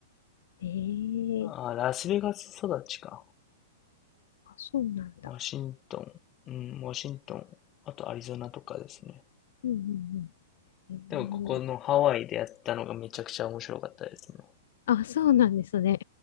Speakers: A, on the left; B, on the left.
A: ええ
B: あー、ラスベガス育ちか。
A: あ、そうなんだ。
B: ワシントン、うん、ワシントン、あとアリゾナとかですね。
A: うんうんうん。ええ
B: でもここのハワイでやったのがめちゃくちゃ面白かったですね。
A: あ、そうなんですね。